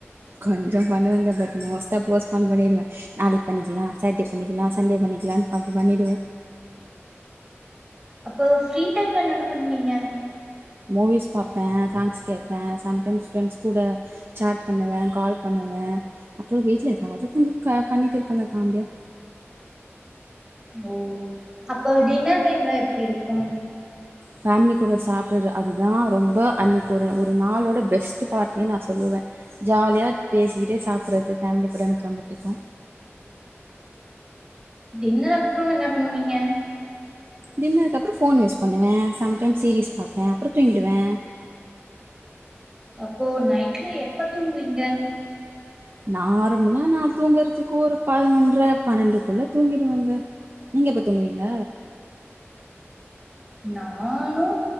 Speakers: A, on the right; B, on the right.
A: கொஞ்சோ பண்ணுவேங்க பட் மோஸ்ட்டாக போஸ்ட்பான் பண்ணிடுவே நாளைக்கு பண்ணிக்கலா சாட்டர்டே பண்ணிக்கலா சண்டே பண்ணிக்கலான்னு அப்டி பண்ணிடுவே
B: அப்போ ஃப்ரீ டைம்ல என்னென்ன பண்ணுவீங்க
A: மூவிஸ் பாப்பே சாங்ஸ் கேப்பே சம்டைம்ஸ் ஃப்ரெண்ட்ஸ் கூட சாட் பண்ணுவே கால் பண்ணுவே அப்றோ வீட்ல எதாவ்து கொஞ்ச பண்ணிட்ருப்பங்க காமெடியா
B: ஓ அப்ப டின்னர் டைம்ல எப்டி இருக்கும்
A: ஃபேமிலி கூட சாப்பிட்றது அதுதான ரொம்ப அன்னைக்கு ஒரு ஒரு நாளோட பெஸ்ட்டு பார்ட்னே சொல்லுவே ஜாலியா பேசிக்கிட்டே சாப்பறது ஃபேமிலி கூட எனக்கு ரொம்ப புடிக்கு
B: டின்னர் அப்றோ என்ன பண்ணுவீங்க
A: டின்னருக்கு அப்புறோ ஃபோன் யூஸ் பண்ணுவே சம்டைம் சீரீஸ் பாப்பே அப்புறோ தூங்கிடுவே
B: அப்போ நைட்ல எப்ப தூங்குவீங்க
A: நார்மலா நா தூங்குறதுக்கு ஒரு பதினொன்ற பன்னெண்டுக்குள்ள தூங்கிடுவங்க நீங்க எப்ப தூங்குவீங்க
B: நானு